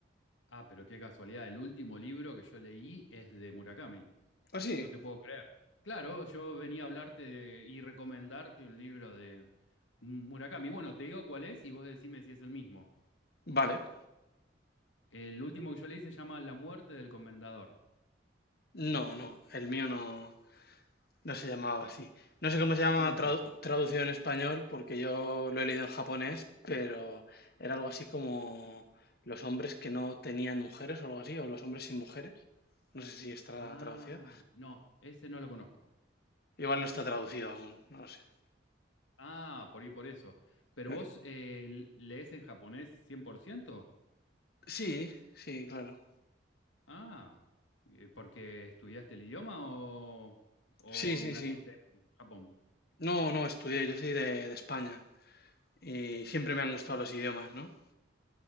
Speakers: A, on the left; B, on the left.
A: Ah, pero qué casualidad. El último libro que yo leí es de Murakami.
B: ¿Ah, sí?
A: No te puedo creer. Claro, yo venía a hablarte de- y recomendarte un libro de Murakami. Bueno, te digo cuál es y vos decime si es el mismo.
B: Vale.
A: El último que yo leí se llama La muerte del comendador.
B: No, no, el mío no, No se llamaba así. No sé cómo se llama
A: ¿Cómo se
B: tradu-
A: llama?
B: traducido en español, porque yo lo he leído en japonés, pero era algo así como los hombres que no tenían mujeres o algo así, o los hombres sin mujeres. No sé si está
A: Ah,
B: traducido.
A: no, ese no lo conozco.
B: Igual no está traducido aún, no lo sé.
A: Ah, por ahí por eso. ¿Pero
B: A
A: vos
B: ver.
A: eh, lees en japonés cien por ciento.
B: Sí, sí, claro.
A: Ah, eh, ¿porque estudiaste el idioma o, o
B: Sí, sí,
A: naciste
B: sí.
A: en Japón?
B: No, no estudié, yo soy de, de España y siempre me han gustado los idiomas, ¿no?